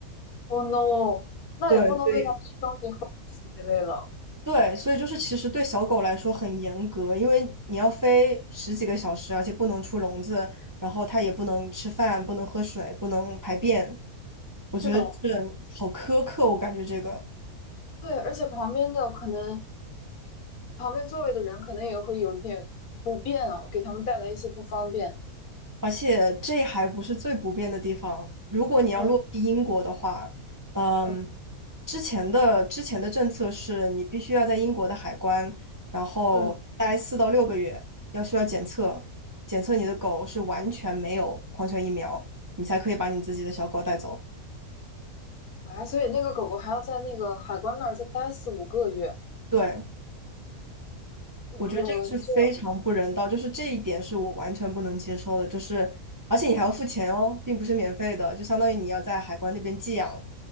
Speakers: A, on the left; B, on the right.
A: Oh no，那也不能喂它吃东西、
B: 对，对
A: 喝东西之类的。
B: 对，所以就是其实对小狗来说很严格，因为你要飞十几个小时，而且不能出笼子，然后它也不能吃饭，不能喝水，不能排便。我觉得就是好苛刻，
A: 是的，
B: 我感觉这个。
A: 对，而且旁边的可能旁边座位的人可能也会有点不便啊，给他们带来一些不方便。
B: 而且这还不是最不便的地方。如果你要落地英国的话，
A: 嗯
B: 嗯，
A: 嗯
B: 之前的之前的政策是你必须要在英国的海关，然后待四到六个月，
A: 嗯，
B: 要需要检测，检测你的狗是完全没有狂犬疫苗，你才可以把你自己的小狗带走。
A: 啊，所以那个狗狗还要在那个海关那儿再待四五个月。
B: 对，
A: 呃，
B: 我觉得这个是非常不人道，
A: 这
B: 就是这一点是我完全不能接受的，就是而且你还要付钱哦，并不是免费的，就相当于你要在海关那边寄养